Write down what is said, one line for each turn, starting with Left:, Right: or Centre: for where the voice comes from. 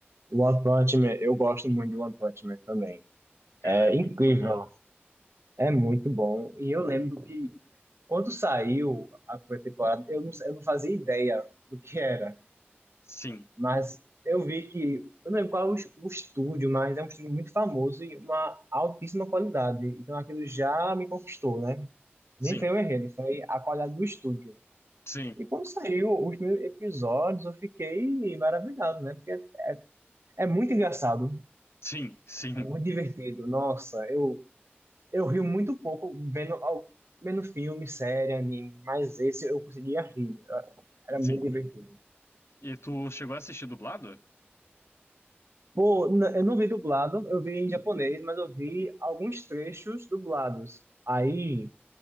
Right: One Punch Man. Eu gosto muito de One Punch Man também.
Left: Cara,
Right: É
Left: é muito
Right: incrível.
Left: bom.
Right: É muito bom. E eu lembro que quando saiu a primeira temporada, eu não, eu não fazia ideia do que era.
Left: Sim,
Right: Mas eu vi que, eu não lembro qual é o, es- o estúdio, mas é um estúdio muito famoso e uma altíssima qualidade. Então aquilo já me conquistou, né?
Left: sim,
Right: Nem foi o enredo, foi a qualidade do estúdio.
Left: sim,
Right: E quando saiu os primeiros episódios, eu fiquei maravilhado, né? Porque é, é muito engraçado,
Left: sim, sim,
Right: é muito divertido. Nossa, eu, eu rio muito pouco vendo, al- vendo filme, série, anime, mas esse eu conseguia rir. Era
Left: sim.
Right: muito divertido.
Left: E tu chegou a assistir dublado?
Right: Pô, n- eu não vi dublado, eu vi em japonês, mas eu vi alguns trechos dublados. Aí